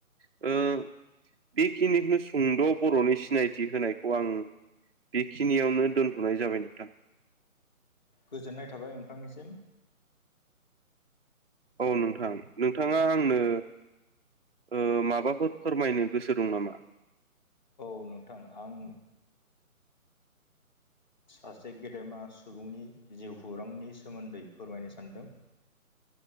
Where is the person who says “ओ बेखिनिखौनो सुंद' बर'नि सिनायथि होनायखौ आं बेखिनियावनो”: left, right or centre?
Right